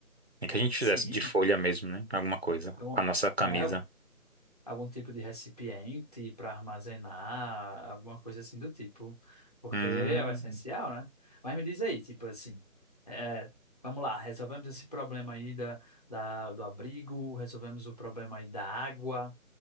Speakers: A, on the right (about 50°); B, on the left (about 25°).
A: Nem que a gente
B: Sim,
A: fizesse de folha mesmo, né? Alguma coisa.
B: algum,
A: Com a nossa camisa.
B: né, algum, algum tipo de recipiente para armazenar, alguma coisa assim do tipo, porque
A: Hum,
B: é o essencial, né? Mas me diz aí, tipo assim, é, é, vamos lá, resolvemos esse problema aí da, da, do abrigo, resolvemos o problema aí da água.